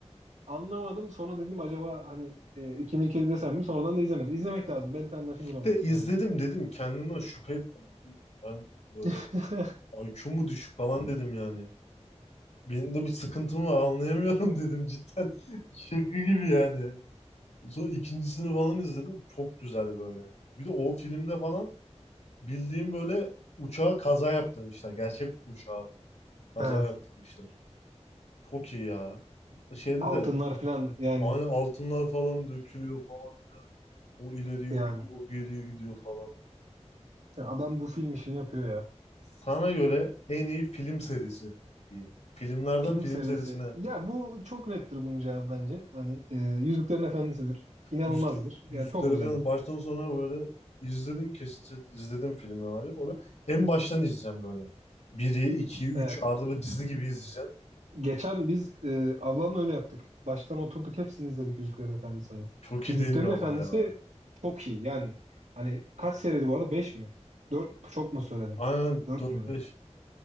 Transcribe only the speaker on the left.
Bir de izledim
dedim kendimden şüphe ettim dedim. Ben böyle
IQ mu düşük falan dedim yani. Benim de bir sıkıntım var anlayamıyorum <laughs> dedim cidden. Şaka gibi yani. Sonra ikincisini falan izledim. Çok güzel böyle. Bir de o filmde falan bildiğim böyle uçağa kaza yaptırmışlar. Gerçek uçağa. Kaza
yaptırmışlar. Çok iyi ya. Şeyde
de
aynı altınlar falan dökülüyor falan filan. O ileriye
gidiyor, o geriye gidiyor falan.
Sana göre en iyi film serisi diyeyim. Filmlerden
film
serisine
yüzde
yüzleri
falan baştan sona böyle izledim kesit izledim filmi abi. Böyle en baştan izleyeceğim böyle. Biri, iki, üç
arada bir dizi gibi izleyeceğim.
Çok
iyi değil mi ama
ya?
Aynen
dört
beş.